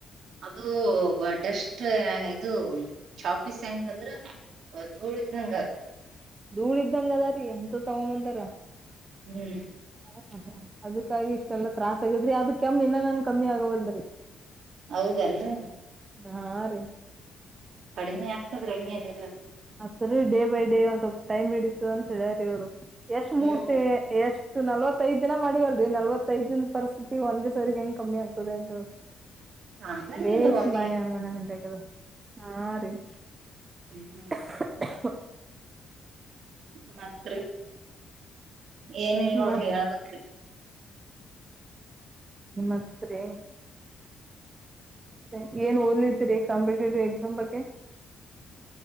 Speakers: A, on the right; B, on the right.
A: ಅದು ಬ ಡಷ್ ಷ್ಟ ಇದು ಚಾಪೀಸ್ ಹೆಂಗ ಅಂದ್ರ ಧೂಳಿದಂಗ ಅದ್
B: ಧೂಳ ಇದ್ದಂಗ ಅದ ರಿ ಅಂತದ್ ತಗೋ ಬಂದಾರ.
A: ಹ್ಮ್
B: ಅದಾ ಅದಕ್ಕಾಗಿ ಇಷ್ಟೆಲ್ಲಾ ತ್ರಾಸ್ ಆಗಿದ್ರಿ ಅದ ಕೆಮ್ಮ ಇನ್ನನ್ ಕಮ್ಮಿ ಆಗಂದ್ರರಿ
A: ಹೌದಲ್ರಿ
B: ಹಾ ರೀ
A: ಕಡಿಮೆ ಆಗ್ತದ್ರೆ ಇ ಹ
B: ಸರಿ ಡೇ ಬೈ ಡೇ ಒಂದ ಟೈಮ್ ಇಡೀತದಅಂತ ಹೇಳ್ಯಾರೀ ಅವ್ರು ಎಷ್ಟ್ ಮೂರ್ತಿ
A: ಹ್ಮ್
B: ಎಷ್ಟು ನಲ್ವತ್ಐದ್ ದಿನ ಮಾಡಲ್ ನಲವತ್ತೈದಿನ ಪರಿಸ್ಥಿತಿ ಒಂದೇ ಸರಿ ಹೆಂಗ್ ಕಮ್ಮಿ ಆಗ್ತದೆ ಅದು
A: ಹಂಗಂಗಿಲ್ರಿ
B: ಬೇಶ್
A: ಒಮ್ಮೆ
B: ಮಾಯ ಮನೆ ಹಾಗಲ್ಲ ಹಾ ರೀ <inaudible>
A: ಹ್ಮ್
B: ಹ
A: ಮಾತ್ರ ಏನಲ್ ನೋಡ್ರಿ
B: ಮತ್
A: ಹಳ್ಬೇಕ ರಿ
B: ಮತ್ತೆ ಮೆ ಏನ್ ಓದಲಿದ್ದೀರಿ ಕಾಂಪಿಟೇಟಿವ್ ಎಕ್ಸಾಮ್ ಬಗ್ಗೆ